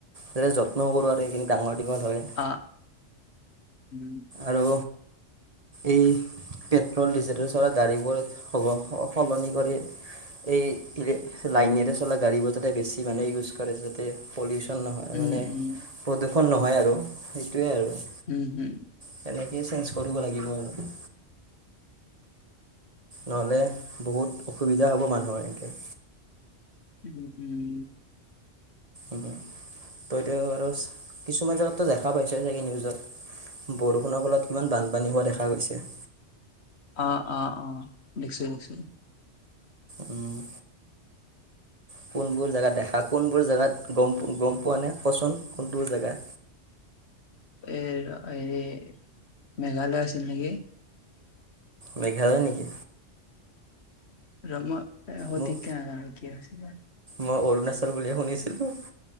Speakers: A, on the right; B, on the left.
A: যাতে, যত্নও কৰোঁ আৰু সেইখিনি ডাঙৰ দীঘল হয়।
B: অ', উম।
A: আৰু এই পেট্ৰল-ডিজেলৰ গাড়ীবোৰ সলনি কৰি। এই ইলে লাইনেৰে চলা গাড়ীবোৰ যাতে বেছি মানে ইউজ কৰে যাতে পলিউচন নহয়
B: উম
A: মানে
B: উম
A: প্ৰদূষণ নহয় আৰু সেইটোৱেই আৰু।
B: হম, হুম।
A: তেনেকেই চেঞ্জ কৰিব লাগিব আৰু। নহ'লে বহুত অসুবিধা হ'ব মানুহৰ এনেকৈ।
B: উম, উম।
A: উম, তইতো আৰু কিছুমান জেগাতটো দেখা পাইছ চাগে নিউজত? বৰষুণৰ ফলত কিমান বানপানী হোৱা দেখা গৈছে।
B: অ', অ', অ', দেখছো দেখছো।
A: উম। কোনবোৰ জেগাত দেখা, কোনবোৰ জেগাত গ'ম গ'ম পোৱা নাই কচোন কোনতোৰ জেগা?
B: এ ৰ হেৰি মেঘালয় আছিল নিকি?
A: মেঘালয় নিকি?
B: ৰ ম এ সঠিককে
A: মোক
B: নেজানো কি‌ হৈছিলে?
A: মই অৰুণাচল বুলিহে শুনিছিলো।